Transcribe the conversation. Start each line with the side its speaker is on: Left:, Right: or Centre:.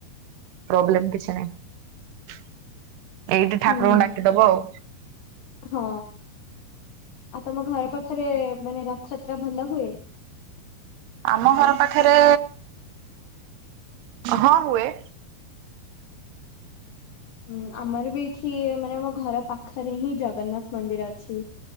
Right: ପ୍ରୋବ୍ଲେମ୍ କିଛି ନାହିଁ। ଏଇଠି
Left: ହୁଁ
Right: ଠାକୁରଙ୍କୁ ଡାକିଦବ ଆଉ।
Left: ହଁ ଆଉ ତମ ଘର ପାଖରେ ମାନେ ରଥଯାତ୍ରା ଭଲ ହୁଏ।
Right: ଆମ ଘର ପାଖରେ ହଁ ହୁଏ।
Left: ହୁଁ ଆମର ବି ଏଠି ମାନେ ଆମ ଘର ପାଖରେ ହିଁ ଜଗନ୍ନାଥ ମନ୍ଦିର ଅଛି।